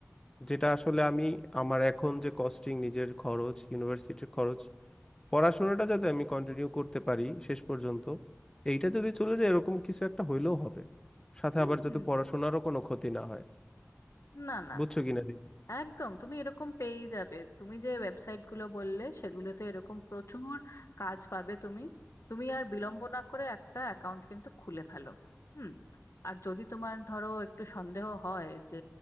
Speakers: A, on the left; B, on the left.
A: যেটা আসলে আমি আমার এখন যে কস্টিং নিজের খরচ ইউনিভার্সিটির খরচ পড়াশোনাটা যাতে আমি কন্টিনিউ করতে পারি শেষ পর্যন্ত এইটা যদি চলে যায় এরকম কিছু একটা হইলেও হবে সাথে
B: হুম
A: আবার যাতে
B: হুম
A: পড়াশোনারও কোনো ক্ষতি না হয়
B: না না
A: বুঝছো কিনা দেখি
B: একদম তুমি এরকম পেয়েই যাবে তুমি যে ওয়েবসাইট গুলো বললে সেগুলোতে এরকম প্রচুর কাজ পাবে তুমি তুমি আর বিলম্ব না করে একটা অ্যাকাউন্ট কিন্তু খুলে ফেলো হুম আর যদি তোমার ধরো একটু সন্দেহ হয় যে